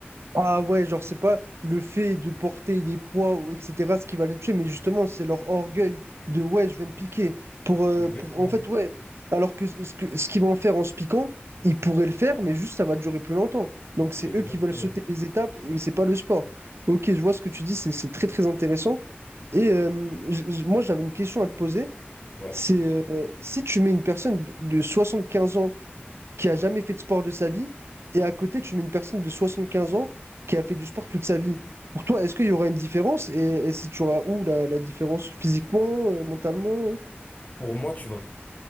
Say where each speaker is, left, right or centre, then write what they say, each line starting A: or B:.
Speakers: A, on the right; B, on the left.
A: Ah ouais, genre, c'est pas le fait de porter des poids, ou etc., ce qui va le tuer, mais justement, c'est leur orgueil de ouais, je vais me piquer. Pour, euh,
B: Exactement.
A: pour... En fait, ouais. Alors que ce que, ce qu'ils vont faire en se piquant, ils pourraient le faire, mais juste ça va durer plus longtemps. Donc, c'est
B: Exactement.
A: eux qui veulent sauter les étapes, et c'est pas le sport. Ok, je vois ce que tu dis, c'est c'est très très intéressant. Et euh, j- j- moi, j'avais une question à te poser.
B: Ouais.
A: C'est euh, si tu mets une personne de de 75 ans qui a jamais fait de sport de sa vie, et à côté, tu mets une personne de 75 ans qui a fait du sport toute sa vie. Pour toi, est-ce qu'il y aura une différence? Et, et si tu auras où la, la différence physiquement, euh, mentalement? euh
B: Pour moi, tu vas